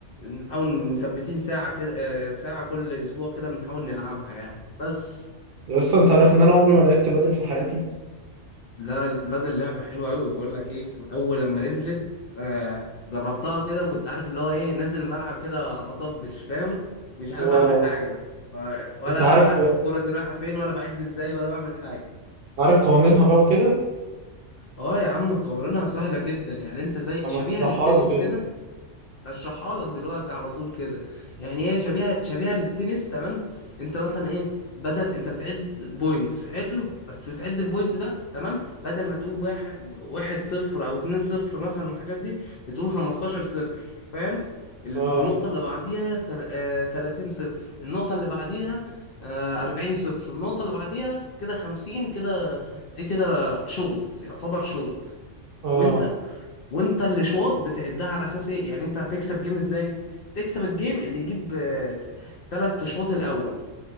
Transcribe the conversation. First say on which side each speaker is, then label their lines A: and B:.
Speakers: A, on the left; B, on the right.
A: نحاول مثبتين ساعة كده آه، ساعة كل اسبوع كده بنحاول نلعبها يعني بس
B: يا اسطى انت عارف ان انا عمري ما لعبت بدل في حياتي
A: لا البادل لعبة حلوة أوي بقول لك إيه من أول لما نزلت آه جربتها كده كنت عارف اللي هو إيه نازل الملعب كده بطبش فاهم مش عارف
B: اه
A: أعمل حاجة آه، ولا
B: انت عارف
A: عارف الكرة دي رايحة فين ولا بعد إزاي ولا بعمل حاجة
B: عارف قوانينها بقى وكده
A: أه يا عم قوانينها سهلة جدا يعني أنت زي
B: اما
A: شبيهة
B: تشرحها
A: للتنس
B: لي
A: كده
B: كده
A: هشرحها لك دلوقتي على طول كده يعني هي شبيهه شبيهه للتنس تمام انت مثلا ايه بدل انت بتعد بوينتس حلو بس بتعد البوينت ده تمام بدل ما تقول واحد واحد صفر او اتنين صفر مثلا الحاجات دي بتقول 15 صفر فاهم النقطه
B: اه
A: اللي بعديها تل... آه... 30 صفر النقطه اللي بعديها آه... 40 صفر النقطه اللي بعديها كده 50 كده دي كده شوط يعتبر شوط
B: اه
A: وانت وانت الاشواط بتعدها على اساس ايه يعني انت هتكسب جيم ازاي تكسب الجيم اللي يجيب ثلاث اشواط الاول